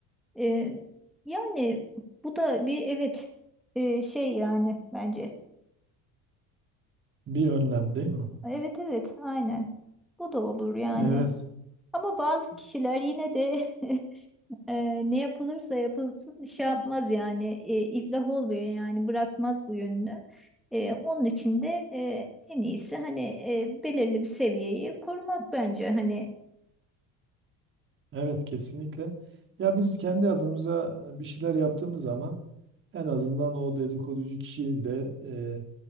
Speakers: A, in the centre; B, on the right.
A: E, yani bu da bir evet e, şey yani bence.
B: Bir önlem değil mi?
A: Evet evet aynen. Bu da olur yani.
B: Evet,
A: Ama bazı kişiler yine de <laughs> Ee, ne yapılırsa yapılsın şey yapmaz yani e, iflah olmuyor yani bırakmaz bu yönünü. Ee, onun için de e, en iyisi hani e, belirli bir seviyeyi korumak bence hani.
B: evet kesinlikle. Ya biz kendi adımıza e, bir şeyler yaptığımız zaman en azından o dedikoducu kişiyi de e,